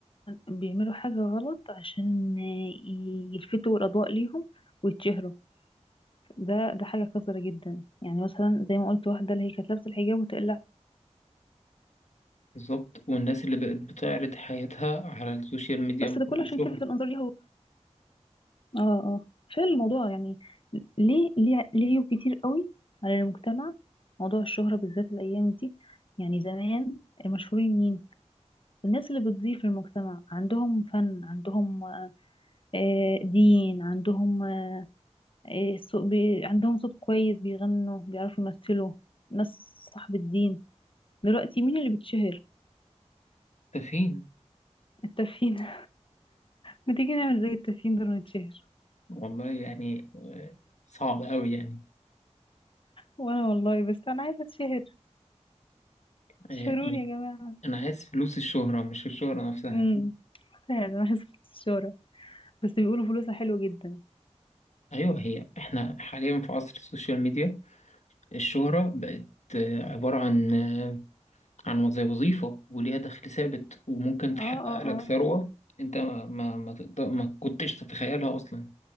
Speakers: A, on the left (about 45°); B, on the left (about 75°).
A: بيعملوا حاجة غلط عشان يلفتوا الأضواء ليهم ويتشهروا ده ده حاجة قذرة جدا يعني مثلا زي ما قلت واحدة اللي هي كانت لابسة الحجاب وتقلعه
B: بالظبط والناس اللي بقت بتعرض حياتها على السوشيال ميديا
A: بس
B: مقابل
A: ده كله عشان
B: الشهرة
A: تلفت الأنظار ليها اه اه فعلا الموضوع يعني ليه ليه ليه عيوب كتير قوي على المجتمع موضوع الشهرة بالذات الأيام دي يعني زمان المشهورين مين الناس اللي بتضيف للمجتمع عندهم فن عندهم آه، دين عندهم آه، سو- بي- عندهم صوت كويس بيغنوا بيعرفوا يمثلوا ناس صاحب الدين دلوقتي مين اللي بتشهر
B: ده فين
A: التافهين <laughs> ما تيجي نعمل زي التافهين دول ونتشهر
B: والله يعني آه، صعب قوي يعني
A: وانا والله بس انا عايزه اتشهر شهروني
B: آه، انا
A: يا جماعه
B: أنا عايز فلوس الشهرة مش الشهرة نفسها
A: امم فعلا انا عايزه فرصة الشهرة بس بيقولوا فلوسها حلوة جدا
B: ايوه هي احنا حاليا في عصر السوشيال ميديا الشهرة بقت آه، عبارة عن آه، عن زي وظيفة وليها دخل ثابت وممكن تحقق
A: اه اه
B: لك
A: اه
B: ثروة انت ما ما ما, تقدر ما كنتش تتخيلها اصلا